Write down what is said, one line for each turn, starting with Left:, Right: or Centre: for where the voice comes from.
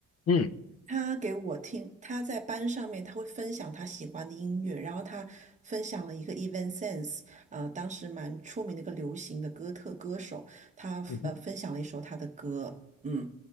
Left: 嗯
Right: 他给我听，他在班上面他会分享他喜欢的音乐，然后他分享了一个 Evanescence，呃，当时蛮出名的一个流行的哥特歌手，他呃分享了一首他的歌，
Left: 嗯哼
Right: 嗯，